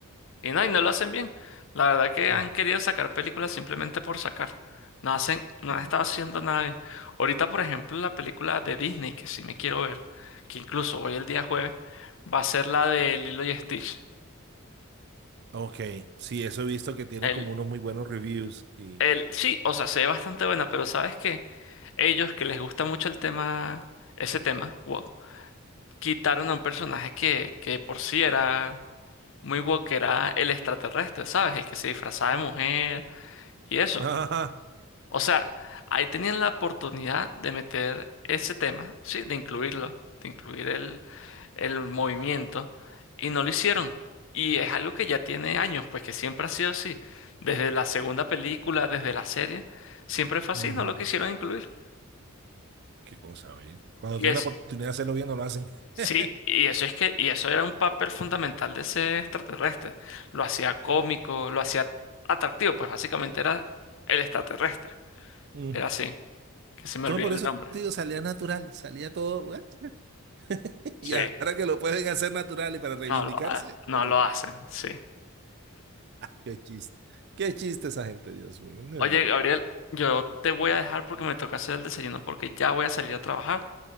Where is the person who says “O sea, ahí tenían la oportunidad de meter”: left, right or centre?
Left